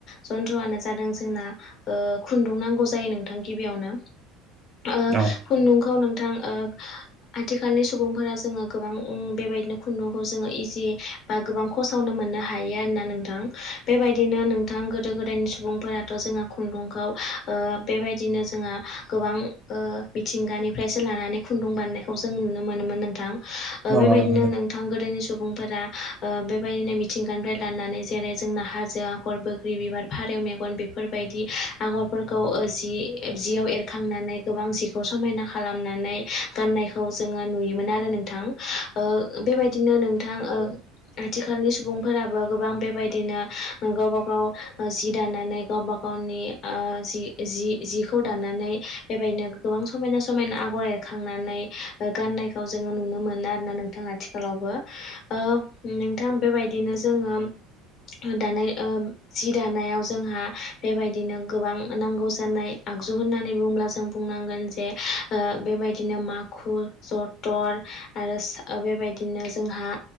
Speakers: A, on the left; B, on the right.
A: जन्थ्रआनो जादों जोंना ओ खुन्दुं नांगौ जायो नोंथां गिबियावनो ओ
B: औ
A: खुन्दुंखौ नोंथां ओ आथिखालनि सुबुंफोरा जोङो गोबां ओं बेबायदिनो खुन्दुंखौ जोङो इजि बा गोबां खसावनो मोननो हायो आरोना नोंथां बेबायदिनो नों थां गोदो गोदायनि सुबुंफोराथ जोंहा खुन्दुंखौ ओ बेबायदिनो जोंहा गोबां ओ मिथिंगानिफ्रायसो लानानै खुन्दुं बानायनायखौ जों नुनो मोनोमोन नोंथां। ओ
B: नंगौ
A: बेबायदिनो
B: नंगौ
A: नोंथां गोदोनि सम सुबुंफोरा ओ बेबायदिनो मिथिंगानिफ्राय लानानै जेरै जोंना हाजो आगर बो ग्रि बिबार फारौ मेगन बेफोरबायदि आगरफोरखौ ओ जि जियाव एरखांनानै गोबां जि खौ समायना खालामनानै गाननायखौ जोंङो नुयोमोन आरो नोंथां ओ बेबाय दिनो नोंथां ओ आथिखालनि सुबुंफोराबो गोबां बेबायदिनो गावबा गाव ओ जि दानानै गावबा गावनि ओ जि जिखौ दानानै बेबायदिनो गोबां समायना समायना आगर एरखांनानै गाननायखौ जोङो नुनो मोनो आरोना नोंथाङा आथि खालावबो ओ नोंथां बेबायदिनो जोङो दानाय ओ जि दानायाव जोंहा बेबायदिनो गोबां नांगौ जानाय आगजु होननानै बुङोब्ला जों बुंनांगोन जे ओ बेबायदिनो माखु जथर आरो ओ बेबायदिनो जोंहा